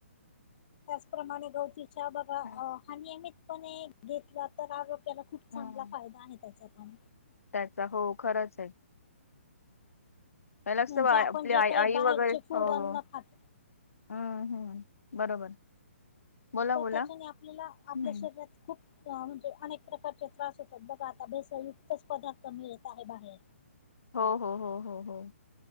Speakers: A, on the left (about 40°); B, on the left (about 85°).
A: त्याचप्रमाणे गवती च्या बाघा
B: हम्म
A: हा नियमितपणे घेतला तर आरो त्याला खूप चांगला
B: हम्म.
A: फायदा आहे त्याचा पण
B: त्याचा हो खरंच आहे पहिला अस
A: म्हणजे
B: आपली
A: आपण जे काही
B: आई आई
A: बाहेरचे
B: वगैरे
A: फूड
B: हो
A: अन्न
B: हो
A: खातो
B: अ हम्म. बरोबर. बोला
A: तर
B: बोला
A: त्याच्याने आपल्याला आपल्या
B: हम्म
A: शरीरात -- खूप म्हणजे अनेक प्रकारचे त्रास होतात. बघा आता भेसळयुक्तच पदार्थ मिळत आहे बाहेर.
B: हो, हो, हो, हो, हो.